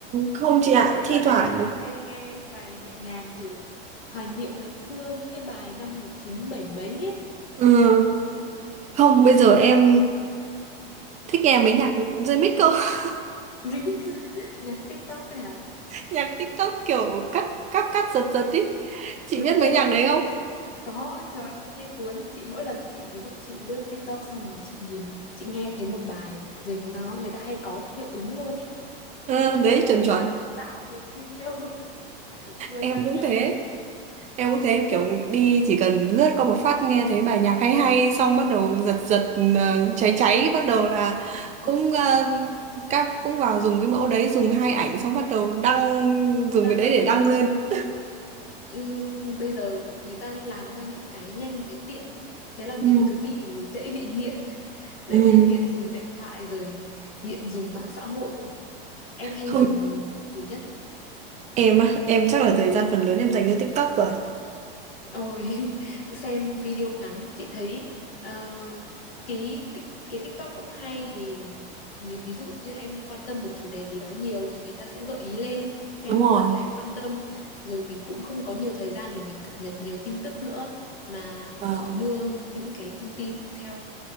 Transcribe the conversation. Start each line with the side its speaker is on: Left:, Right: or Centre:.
Right: không chị
Left: chị
Right: ạ
Left: thấy
Right: thi
Left: dạo này
Right: thoảng
Left: các bạn hay nghe bài nhẹ nhàng kiểu hoài niệm ngày xưa những cái bài năm 197 mấy ấy.
Right: ừ. không bây giờ em thích nghe mấy nhạc dây mít cơ <laughs>
Left: remix <laughs> nhạc TikTok này hả
Right: nhạc TikTok kiểu cắt cắt cắt giật giật ý chị
Left: đúng
Right: biết
Left: rồi
Right: mấy nhạc đấy không
Left: có trời ơi nghe cuốn chị mỗi lần chị ví dụ chị lướt TikTok xong rồi chị nhìn chị nghe thấy một bài rồi nó người ta hay có hiệu ứng luôn ý
Right: ừ,
Left: thế là lại
Right: đấy chuẩn
Left: phải
Right: chuẩn
Left: vào tạo một video <laughs> rồi
Right: em
Left: đăng
Right: cũng
Left: lên
Right: thế em cũng thế kiểu đi chỉ cần lướt qua một phát nghe thấy bài nhạc hay hay xong bắt đầu giật giật ờ, cháy cháy bắt đầu là
Left: Ừ, ừ,
Right: cũng ờ, các cũng vào dùng cái mẫu đấy dùng hai ảnh xong bắt đầu đăng dùng
Left: đăng
Right: cái đấy
Left: lên
Right: để đăng lên
Left: Ừ, bây giờ người ta làm ra những cái nhanh với tiện ý. Thế là mình
Right: Ừ.
Left: cứ bị dễ bị nghiện, dễ
Right: Ừ.
Left: bị nghiện dùng điện thoại rồi nghiện dùng mạng xã hội. Em hay
Right: Không
Left: dùng gì nhất?
Right: Em á, em chắc là thời gian phần lớn em dành cho TikTok rồi.
Left: Ôi, <laughs> xem video ngắn chị thấy ờ, cái tik- cái TikTok cũng hay vì nếu ví dụ như em quan tâm một chủ đề gì đó nhiều thì người ta sẽ gợi ý lên theo
Right: Đúng rồi.
Left: phần mà em quan tâm rồi mình cũng không có nhiều thời gian để mình cập nhật nhiều tin tức nữa mà
Right: Vâng,
Left: họ đưa những cái thông tin theo